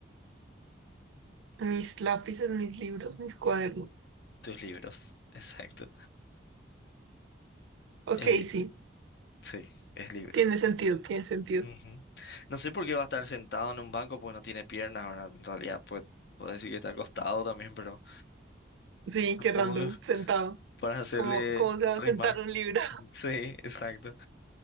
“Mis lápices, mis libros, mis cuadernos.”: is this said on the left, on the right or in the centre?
Right